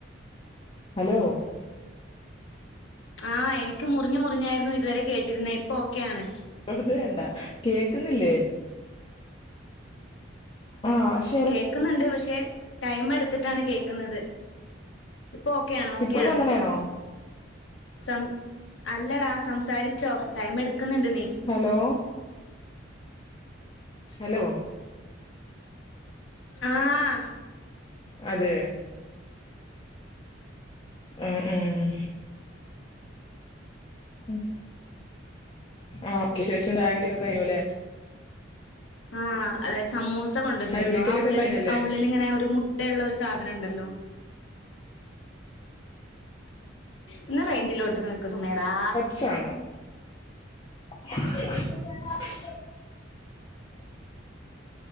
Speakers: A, on the left; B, on the left.
A: ഹലോ
B: ആഹ് എനിക്ക് മുർഞ്ഞ് മുർഞ്ഞായിരുന്നു ഇതുവരെ കേട്ടിരുന്നെ ഇപ്പൊ ഓക്കെ ആണ്.
A: അത് വേണ്ട കേക്ക്ന്നില്ലേ? ആഹ് ശ
B: കേക്ക്ന്ന്ണ്ട് പക്ഷെ ടൈം എ ട്ത്തിട്ടാണ് കേക്ക്ന്നത്. ഇപ്പൊ ഓക്കെ ആണ് ഓക്കെയാണ്.
A: ഇപ്പോഴും അങ്ങനെയാണോ
B: സം അല്ലടാ സംസാരിച്ചോ ടൈം എട്ക്ക്ന്ന്ണ്ട് നീ.
A: ഹലോ ഹലോ
B: ആഹ്. ആ
A: അതെ ഉം ഉം. ഉം ആഹ് ഓക്കെ ശേഷം ചായട്യാക്കെ കഴ്ഞ്ഞുല്ലേ?
B: ആഹ് അതെ സമ്മൂസ കൊണ്ട്‌
A: ചായ
B: ന്നിര്ന്നു
A: കുടിക്കലൊക്കെ
B: ആഹ് ഉള്ള്ല്
A: കഴിഞ്ഞല്ലേ
B: ഉള്ളിലിങ്ങനെ ഒരു മു ട്ട ഇള്ളൊരു സാധനം ഇണ്ടല്ലോ? ഒന്ന് റെയ്ഞ്ച്ലോട്ത്ത്ക്ക് നിക്ക് സുമേറാ.
A: ച്ചാണോ? <unintelligible>